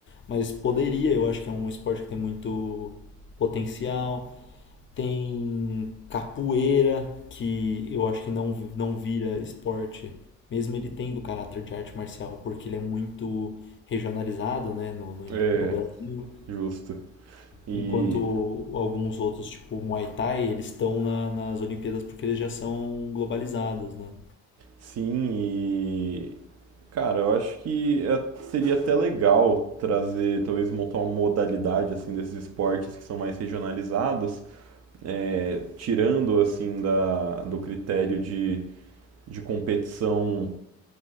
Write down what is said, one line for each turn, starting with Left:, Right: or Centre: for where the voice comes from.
Left: mas poderia, eu acho que é um esporte que tem muito potencial. Tem capoeira, que eu acho que não, não vira esporte, mesmo ele tendo caráter de arte marcial, porque ele é muito regionalizado, né, no, no
Right: é,
Left: no Brasil.
Right: justo. E,
Left: Enquanto alguns outros, tipo o Muay Thai, eles estão na- nas Olimpíadas porque eles já são globalizados, né?
Right: sim, e Cara, eu acho que é- seria até legal trazer, talvez montar uma modalidade assim desses esportes que são mais regionalizados, é, tirando assim da, do critério de, de competição